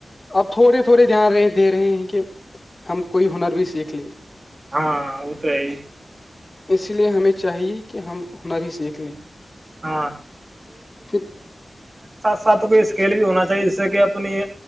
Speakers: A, on the left; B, on the right.
A: اب تھوڑے تھوڑے دھیان رہے دے رہے ہیں کہ ہم کوئی ہنر بھی سیکھ لے
B: ہاں وہ تو ہے
A: اس لیے ہمیں چاہیے کہ ہم ہنر ہی سیکھ لیں
B: <unintelligible> ساتھ
A: پھر
B: ساتھ کوئی اسکل بھی ہونا چاہیے جس سے کہ اپنی